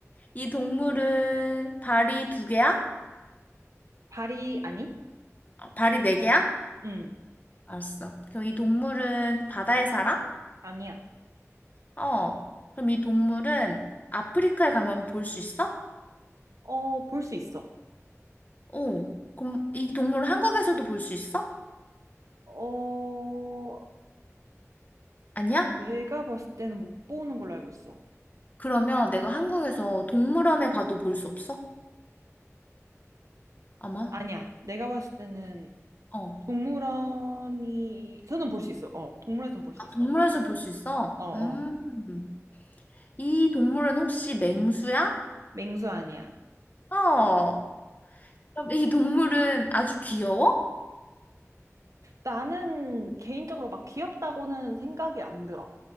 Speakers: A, on the left (about 30°); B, on the right (about 80°).
A: 이 동물은 발이 두 개야?
B: 발이, 아니?
A: 아, 발이 네 개야?
B: 음.
A: 알았어. 그럼 이 동물은 바다에 살아?
B: 아니야.
A: 어, 그럼 이 동물은 아프리카에 가면 볼 수 있어?
B: 어, 볼 수 있어.
A: 어, 그럼 이 동물 한국에서도 볼 수 있어?
B: 어,
A: 아니야?
B: 내가 봤을 때는 못 보는 걸로 알고 있어.
A: 그러면 내가 한국에서 동물원에 가도 볼 수 없어? 아마?
B: 아니야. 내가 봤을 때는
A: 어,
B: 동물원이, 서는 볼 수 있어. 어, 동물원에선 볼 수
A: 아,
B: 있어.
A: 동물원에서 볼 수 있어?
B: 어, 어.
A: 음, 이 동물은 혹시 맹수야?
B: 맹수 아니야.
A: 어, 그럼 이 동물은 아주 귀여워?
B: 나는 개인적으로 막 귀엽다고는 생각이 안 들어.